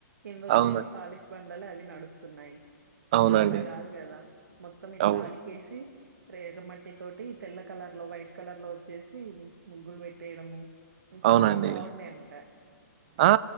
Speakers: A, on the right; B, on the right.
A: కింద వచ్చేసి
B: అవును
A: పాలిష్ బండలే అవి నడుస్తున్నాయి అప్పుడు
B: అవునండి
A: అలా కాదు కదా మొత్తం ఇట్లా
B: అవు
A: అలికేసి ఎర్ర మట్టి తోటి తెల్ల కలర్ లో వైట్ కలర్ లో వచ్చేసి ముగ్గులు పెట్టేడము చాలా
B: అవునండి
A: బాగుండే నంట
B: ఆ